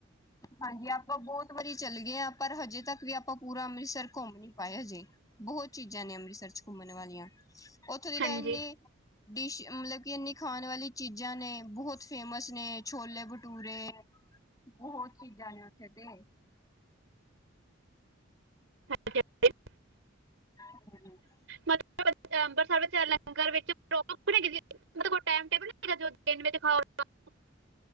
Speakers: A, on the left; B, on the right.
A: ਹਾਂਜੀ ਆਪਾਂ ਬਹੁਤ ਵਾਰੀ ਚੱਲ ਗਏ ਆ ਪਰ ਹਜੇ ਤੱਕ ਵੀ ਆਪਾਂ ਪੂਰਾ ਅੰਮ੍ਰਿਸਰ ਘੁੰਮ ਨੀ ਪਾਏ ਹਜੇ ਬਹੁਤ ਚੀਜ਼ਾਂ ਨੇ ਅੰਮ੍ਰਿਸਰ 'ਚ ਘੁੰਮਣ ਵਾਲੀਆਂ ਉੱਥੋਂ ਦੀ ਤਾਂ
B: ਹਾਂਜੀ
A: ਐਨੀ ਡਿਸ਼ ਮਲਬ ਕਿ ਇੰਨੀ ਖਾਣ ਵਾਲੀ ਚੀਜ਼ਾਂ ਨੇ ਬਹੁਤ ਫੇਮਸ ਨੇ ਛੋਲੇ-ਭਟੂਰੇ ਬਹੁਤ ਚੀਜ਼ਾਂ ਨੇ ਉੱਥੇ ਤੇ
B: ਹਾਂ! <unintelligible>
A: ਹੂੰ। <unintelligible>
B: ਮਤਲਬ ਅੰਮ੍ਰਿਤਸਰ ਵਿੱਚ, ਲੰਗਰ ਵਿੱਚ ਪ੍ਰੋਪਰ। <unintelligible> ਮੇਰੇ ਕੋਲ਼ ਟਾਈਮ ਟੇਬਲ ਨਹੀਂ ਹੈਗਾ ਜੋ ਦਿਨ ਵਿੱਚ ਖਾਓ। <unintelligible>